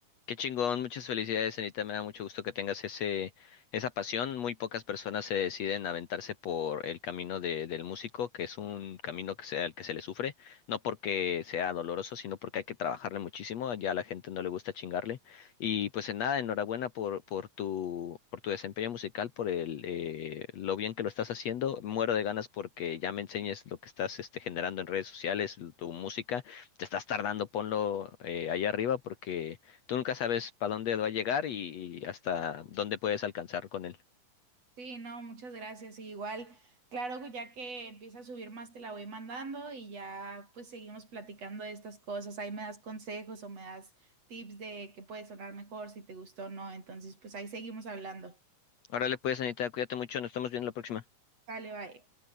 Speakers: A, on the left; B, on the right.
A: Qué chingón, muchas felicidades, Anita. Me da mucho gusto que tengas ese, esa pasión. Muy pocas personas se deciden a aventarse por el camino de, del músico, que es un camino que sea el que se le sufre, no porque sea doloroso, sino porque hay que trabajarle muchísimo. Ya a la gente no le gusta chingarle. Y pues en nada, enhorabuena por, por tu, por tu desempeño musical, por el, eh, lo bien que lo estás haciendo. Muero de ganas porque ya me enseñes lo que estás este, generando en redes sociales, tu música. Te estás tardando, ponlo eh, ahí arriba porque Tú nunca sabes para dónde va a llegar y hasta dónde puedes alcanzar con él.
B: Sí, no, muchas gracias. Y igual, claro, ya que empieza a subir más, te la voy mandando y ya pues seguimos platicando de estas cosas. Ahí me das consejos o me das tips de qué puede sonar mejor, si te gustó o no. Entonces, pues ahí seguimos hablando.
A: Órale, pues, Anita, cuídate mucho, nos estamos viendo la próxima.
B: Dale, bye.